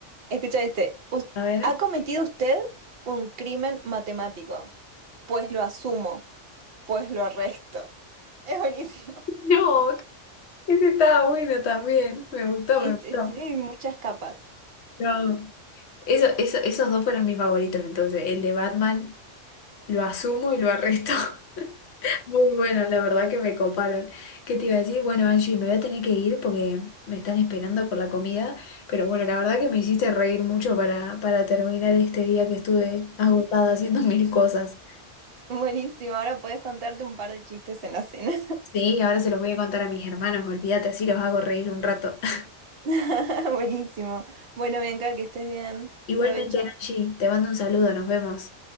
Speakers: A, on the right; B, on the left.
A: Escucha este. Us-
B: A ver.
A: ¿Ha cometido usted un crimen matemático? Pues lo asumo, pues lo arresto. Es buenísimo.
B: No, ese estaba bueno también. Me gustó,
A: Este,
B: me gustó.
A: tiene muchas capas.
B: No. Eso, eso, esos dos fueron mis favoritos, entonces, el de Batman. Lo asumo y lo arresto. <laughs> Muy bueno, la verdad que me coparon. ¿Qué te iba a decir? Bueno, Angie, me voy a tener que ir porque me están esperando por la comida. Pero bueno, la verdad que me hiciste reír mucho para, para terminar este día que estuve agotada haciendo <laughs> mil cosas.
A: <laughs> Buenísimo, ahora podés contarte un par de chistes en la cena.
B: Sí, ahora se los voy a contar a mis hermanos, olvídate, así los hago reír un rato. <laughs>
A: <laughs> Buenísimo. Bueno, Bianca, que estés bien.
B: Igualmente,
A: Provecho.
B: Angie, te mando un saludo, nos vemos.